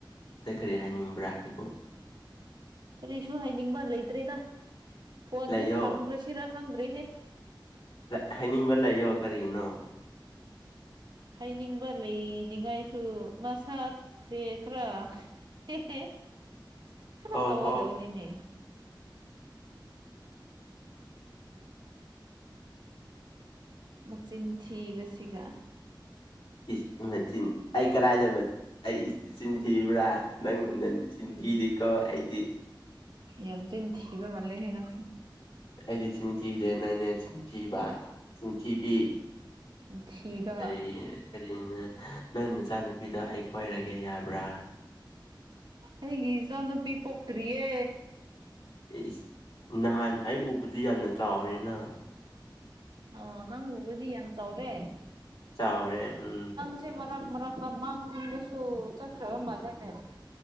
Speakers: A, on the left; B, on the right.
A: ꯑꯗꯩ ꯀꯔꯤ ꯍꯥꯏꯅꯤꯡꯕ꯭ꯔꯥ ꯑꯩꯕꯨ
B: ꯀꯔꯤꯁꯨ ꯍꯥꯏꯅꯤꯡꯕ ꯂꯩꯇ꯭ꯔꯦꯗ ꯐꯣꯟꯖꯦ
A: ꯂꯩꯌꯣ
B: ꯊꯝꯈ꯭ꯔꯁꯤꯔ ꯈꯪꯗ꯭ꯔꯦꯍꯦ
A: ꯗꯥ ꯍꯥꯏꯅꯤꯡꯕ ꯂꯩꯌꯣ ꯀꯔꯤꯒꯤꯅꯣ
B: ꯍꯥꯏꯅꯤꯡꯕ ꯂꯩꯅꯤꯉꯥꯏꯁꯨ ꯃꯁꯛꯖꯦ ꯈꯔ ꯍꯦ ꯍꯦ ꯈꯔ
A: ꯍꯣ
B: ꯇꯧꯒꯗꯕꯅꯤꯅꯦ
A: ꯍꯣ
B: ꯃꯆꯤꯟ ꯊꯤꯕꯁꯤꯒ
A: ꯏꯁ ꯅꯆꯤꯟ ꯑꯩ ꯀꯔꯥꯏꯗ ꯑꯩ ꯏꯆꯤꯟ ꯊꯤꯕ꯭ꯔꯥ ꯅꯪꯒꯨꯝꯅ ꯅꯆꯤꯟꯊꯤꯗꯦꯀꯣ ꯑꯩꯗꯤ
B: ꯌꯥꯝ ꯆꯤꯟ ꯊꯤꯕ ꯃꯥꯜꯂꯦꯍꯦ ꯅꯪꯁꯨ
A: ꯑꯩꯗꯤ ꯆꯤꯟ ꯊꯤꯗꯦ ꯅꯪꯅꯦ ꯆꯤꯟ ꯊꯤꯕꯥ ꯆꯤꯟꯊꯤꯕꯤ
B: ꯆꯤꯟꯊꯤꯕ
A: ꯀꯔꯤ ꯀꯔꯤꯅ ꯅꯪ ꯅꯆꯥꯅꯨꯄꯤꯗꯣ ꯑꯩ ꯀꯣꯏꯔꯒꯦ ꯌꯥꯕ꯭ꯔ
B: ꯑꯩꯒꯤ ꯏꯆꯥꯅꯨꯄꯤ ꯄꯣꯛꯇ꯭ꯔꯤꯌꯦ
A: ꯏꯁ ꯅꯍꯥꯟ ꯑꯩ ꯎꯕꯗꯤ ꯌꯥꯝꯅ ꯆꯥꯎꯔꯦꯅ
B: ꯑꯣ ꯅꯪ ꯎꯕꯗꯤ ꯌꯥꯝ ꯆꯥꯎꯔꯦ
A: ꯆꯥꯎꯔꯦ ꯎꯝ
B: ꯆꯦ ꯃꯔꯛ ꯃꯔꯛꯇ ꯃꯪꯗꯁꯨ ꯆꯠꯈ꯭ꯔꯕ ꯃꯥꯜꯂꯦꯅꯦ